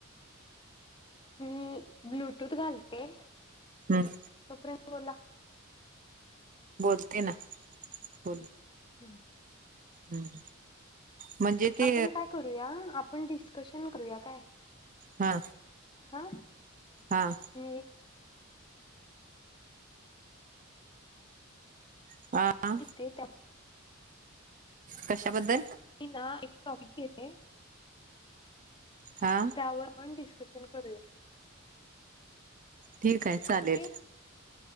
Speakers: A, on the left (about 25°); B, on the right (about 40°).
A: मी ब्लुटूथ घालते.
B: हम्.
A: तो पर्यंत बोला.
B: बोलते ना, बोल
A: हं.
B: हम्म. म्हणजे ते
A: आपण काय करूया आपण डिस्कशन करूया काय?
B: हा.
A: हा.
B: हां.
A: णि
B: <unintelligible>
A: ते त्या
B: कशाबद्दल?
A: मी ना एक टॉपिक घेते.
B: हा.
A: त्यावर पण डिस्कशन करूया.
B: ठीक हाय चालेल.
A: Okay